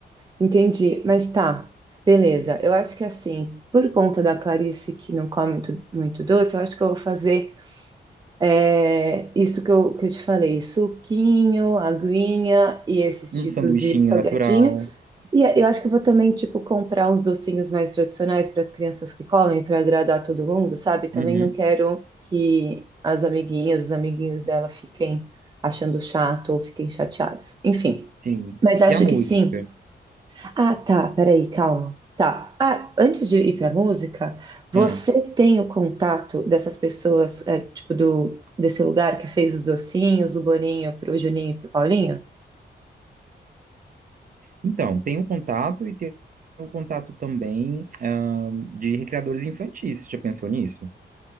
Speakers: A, on the right; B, on the right.
A: Entendi, mas tá. Beleza, eu acho que assim, por conta da Clarice que não come muito, muito doce, eu acho que eu vou fazer. É, isso que eu, que eu te falei, suquinho, aguinha e esses
B: Um
A: tipos
B: sanduichinho
A: de salgadinho.
B: natural.
A: E eu acho que eu vou também, tipo, comprar uns docinhos mais tradicionais para as crianças que comem, para agradar todo mundo, sabe? Também
B: Uhum,
A: não quero que as amiguinhas, os amiguinhos dela fiquem achando chato ou fiquem chateados. Enfim,
B: sim.
A: mas acho
B: E a música?
A: que sim. Ah, tá. Peraí, calma. Tá. Ah, antes de ir pra música, você
B: Ah,
A: tem o contato dessas pessoas, é, tipo, do, desse lugar que fez os docinhos, o Boninho pro Juninho e pro Paulinho?
B: Então, tem o contato e tem o contato também, ah, de recreadores infantis. Você Já pensou nisso?